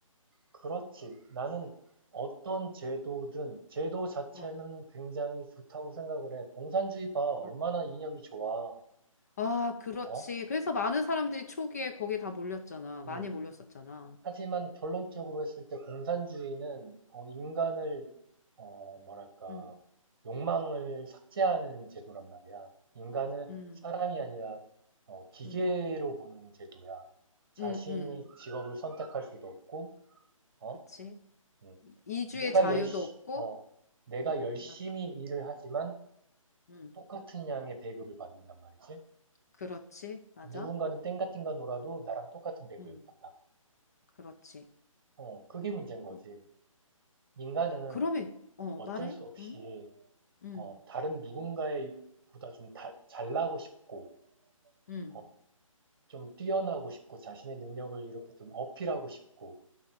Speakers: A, on the right; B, on the left.
A: 그렇지. 나는 어떤 제도든 제도 자체는
B: 어,
A: 굉장히 좋다고 생각을 해. 공산주의 봐. 얼마나
B: 어.
A: 이념이 좋아.
B: 아, 그렇지.
A: 어?
B: 그래서 많은 사람들이 초기에 거기에 다 몰렸잖아.
A: 음.
B: 많이 몰렸었잖아.
A: 하지만 결론적으로 했을 때 공산주의는 어, 인간을 어, 뭐랄까
B: 음,
A: 욕망을 삭제하는 제도란 말이야. 인간을
B: 음,
A: 사람이 아니라 어, 기계로
B: 음,
A: 보는 제도야. 자신이
B: 음, 음.
A: 직업을 선택할 수도 없고, 어?
B: 그치?
A: 음.
B: 이주의
A: 내가
B: 자유도
A: 열시,
B: 없고,
A: 어, 내가
B: 음,
A: 열심히
B: 맞아.
A: 일을 하지만
B: 음.
A: 똑같은 양의 배급을 받는단 말이지.
B: 그렇지. 맞아.
A: 누군가는 땡가띵가 놀아도 나랑 똑같은 배급을
B: 음,
A: 받아.
B: 그렇지.
A: 어, 그게 문제인 거지.
B: 그,
A: 인간은
B: 그러면, 어,
A: 어쩔
B: 말해?
A: 수 없이,
B: 응? 응,
A: 어, 다른 누군가의 보다 좀 다- 잘나고 싶고,
B: 응.
A: 어, 좀 뛰어나고 싶고, 자신의 능력을 이렇게 좀 어필하고 싶고,